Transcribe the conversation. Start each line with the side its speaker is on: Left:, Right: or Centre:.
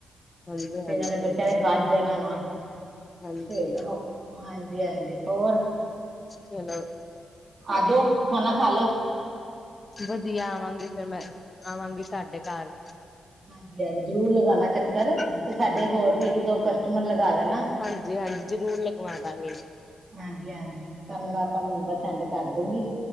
Left: ਹਾਂਜੀ
Right: ਤੇ
Left: ਹਾਂਜੀ
Right: ਇਹਨਾਂ ਨੇ ਬੱਚਿਆਂ ਨੇ <unintelligible> ਜਾਣਾ ਵਾਂ
Left: ਹਾਂਜੀ
Right: ਫਰ ਹਾਂਜੀ ਹਾਂਜੀ ਹੋਰ?
Left: ਚਲੋ,,,,
Right: ਆਜੋ ਖਾਨਾ ਖਾ ਲੋ
Left: ਵਧੀਆ ਆਵਾਂਗੀ ਫੇਰ ਮੈਂ ਆਵਾਂਗੀ ਤਹਾਡੇ ਘਰ
Right: ਹਾਂਜੀ ਹਾਂਜੀ ਜ਼ਰੂਰ ਲਗਾਨਾ ਚੱਕਰ
Left: ਹਾਂਜੀ
Right: ਤੇ ਸਾਡੇ ਹੋਰ ਵੀ
Left: ਹਾਂਜੀ
Right: ਇੱਕ ਦੋ ਕਸਟਮਰ ਲਗਾ ਦੇਨਾ
Left: ਹਾਂਜੀ ਹਾਂਜੀ ਜ਼ਰੂਰ ਲਗਵਾ ਦਾਂਗੇ
Right: ਹਾਂਜੀ ਹਾਂਜੀ ਤੁਹਾਨੂੰ ਮੈਂ ਆਪਾਂ ਨੰਬਰ ਸੈਂਡ ਕਰ ਦੂਂਗੀ